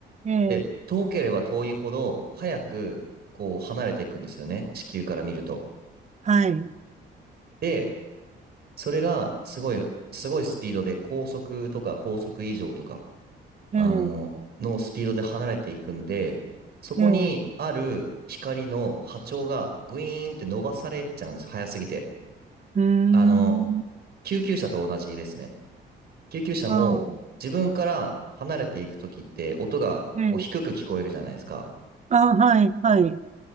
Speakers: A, on the right; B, on the right.
A: ええ。
B: で、遠ければ遠いほど、早く、こう、離れていくんですよね。地球から見ると。
A: はい。
B: で、それが、すごい、すごいスピードで、高速とか高速以上とか、
A: ええ。
B: あの、のスピードで離れていくんで、そこにある光の波長がグイーンって伸ばされちゃうんです。
A: ええ、う
B: 早すぎて。
A: ーん、
B: あの、救急車と同じですね。救急車も、
A: ああ、
B: 自分から離れていくときって、音が、
A: ええ、
B: こう、低く聞こえるじゃないですか。
A: ああ、はい、はい。